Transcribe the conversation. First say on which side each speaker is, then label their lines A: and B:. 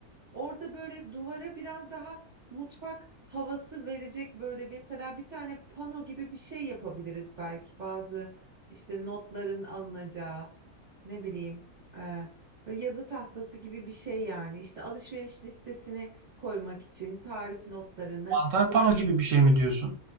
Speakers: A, on the right (about 35°); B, on the right (about 65°).
A: Orada böyle duvara biraz daha mutfak havası verecek böyle bir- mesela bir tane pano gibi bir şey yapabiliriz belki. Bazı işte notların alınacağı ne bileyim e, böyle yazı tahtası gibi bir şey yani. İşte alışveriş listesini koymak için tarif notlarını
B: Mantar
A: ya
B: pano
A: da
B: gibi bir şey mi diyorsun?